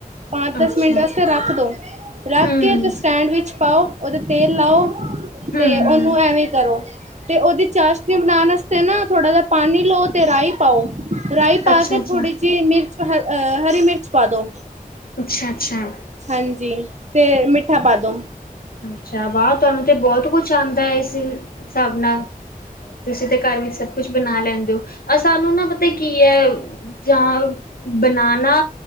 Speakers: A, on the right (about 50°); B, on the left (about 80°).
A: ਪੰਜ-ਦਸ
B: ਅੱਛਾ
A: ਮਿੰਟ ਵਾਸਤੇ ਰੱਖ ਦੋ, ਰੱਖ
B: ਹਮ
A: ਕੇ ਤੇ ਸਟੈਂਡ ਵਿੱਚ ਪਾਓ ਉਹ 'ਤੇ ਤੇਲ ਲਾਓ।
B: ਹਮ
A: ਤੇ ਉਹਨੂੰ ਐਵੇਂ ਕਰੋ। ਤੇ ਉਹਦੀ ਚਾਸ਼ਨੀ ਬਣਾਉਣ ਵਾਸਤੇ ਨਾ ਥੋੜਾ ਜਾ ਪਾਣੀ ਲਓ ਤੇ ਰਾਈ ਪਾਓ। ਰਾਈ ਪਾ
B: ਅੱਛਾ
A: ਕੇ ਥੋੜੀ
B: ਅੱਛਾ
A: ਜਿਹੀ ਮਿਰਚ ਆ ਹਰੀ ਮਿਰਚ ਪਾ ਦੋ।
B: ਅੱਛਾ-ਅੱਛਾ।
A: ਹਾਂਜੀ ਤੇ ਮਿੱਠਾ ਪਾ ਦੋ।
B: ਅੱਛਾ ਵਾਹ ਤੁਹਾਨੂੰ ਤੇ ਬਹੁਤ ਕੁਛ ਆਉਂਦਾ ਹੈ ਇਸ ਹਿਸਾਬ ਨਾਲ, ਤੁਸੀਂ ਤੇ ਘਰ ਵਿੱਚ ਸਭ ਕੁਛ ਬਣਾ ਲੈਂਦੇ ਹੋ। ਆ ਸਾਨੂੰ ਨਾ ਪਤਾ ਕੀ ਕੀ ਹੈ ਜਾਂ ਬਣਾਣਾ